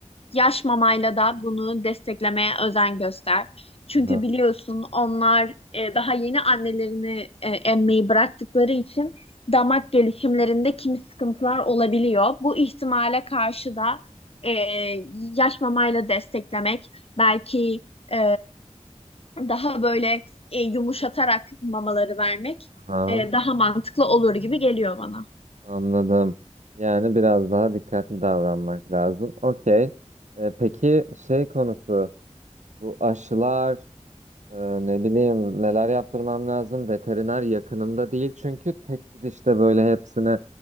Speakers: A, on the left (about 55°); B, on the right (about 75°).
A: yaş mamayla da bunu desteklemeye özen göster. Çünkü
B: Aha,
A: biliyorsun onlar e, daha yeni annelerini e, emmeyi bıraktıkları için damak gelişimlerinde kimi sıkıntılar olabiliyor. Bu ihtimale karşı da e, yaş mamayla desteklemek belki e, daha böyle e, yumuşatarak mamaları vermek
B: aha,
A: e, daha mantıklı olur gibi geliyor bana.
B: anladım. Yani biraz daha dikkatli davranmak lazım. Okey. E, peki şey konusu bu aşılar Ee, ne bileyim neler yaptırmam lazım. Veteriner yakınımda değil çünkü tek gidişte böyle hepsini